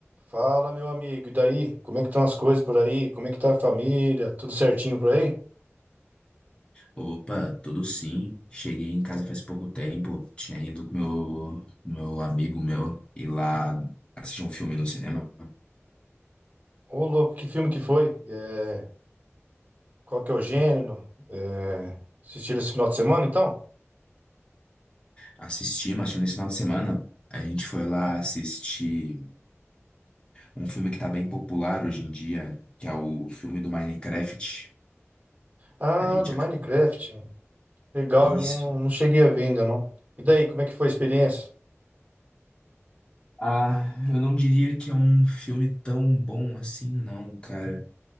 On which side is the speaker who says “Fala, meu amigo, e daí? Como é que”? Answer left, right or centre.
Right